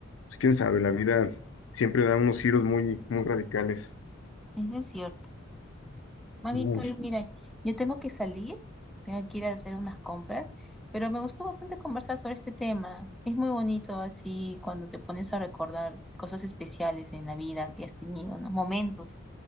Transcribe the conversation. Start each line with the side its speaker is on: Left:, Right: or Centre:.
Left: Pues, quién sabe, la vida siempre da unos giros muy, muy radicales.
Centre: eso es cierto. Más
Left: Bueno,
Centre: bien, Carlos, mira, yo tengo que salir, tengo que ir a hacer unas compras, pero me gustó bastante conversar sobre este tema. Es muy bonito así cuando te pones a recordar cosas especiales en la vida que has tenido, ¿no? Momentos,